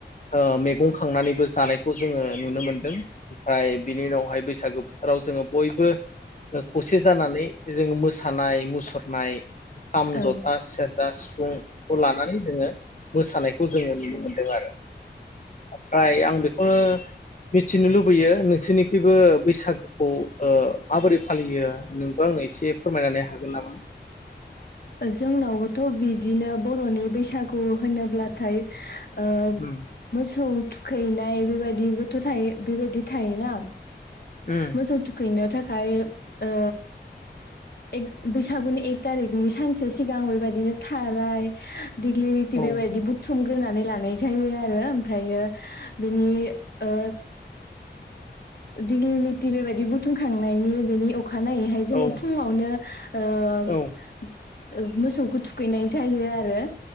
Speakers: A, on the left (about 45°); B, on the left (about 60°).
A: ओ मैगं खांनानैबो जानायखौ जोङो नुनो मोनदों ओमफ्राय बिनि उनावहाय बैसागो बोथोराव जोङो बयबो खौसे जानानै जोङो मोसानाय मुसुरनाय खाम,
B: औ
A: जथा, सेरजा, सिफुं खौ लानानै जोङो मोसानायखौ जोङो नुनो मोनदों आरो ओमफ्राय आं बेखौनो मिथिनो लुबैयो नोंसोरनिखिइबो बैसागुखौ ओ माबोरै फालियो नोंबो आंनो एसे फोरमायनानै हागोन नामा?
B: जोंनावबोथ' बिदिनो बर'नि बैसागु होनोब्लाथाय ओ
A: उम
B: मोसौ थुखैनाय बेबायदिबोथ' थायो बेबायदि थायोना
A: उम
B: मोसौ थुखैनो थाख खाय ओ एग बैसागुनि एग तारिगनि सानसे सिगां बेबायदिनो थाराय देग्लि लिथि
A: औ
B: बेबायदि बुथु थुमग्रोनानै लानाय जायो आरो ओमफ्रायो बिनि ओ दिग्लिलिटि बेबायदि बुथुमखांनायनि बेनि अ खानायैहाय जोङो
A: औ
B: फुङावनो ओ ओं
A: औ
B: मोसौखौ थुखैनाय जायो आरो।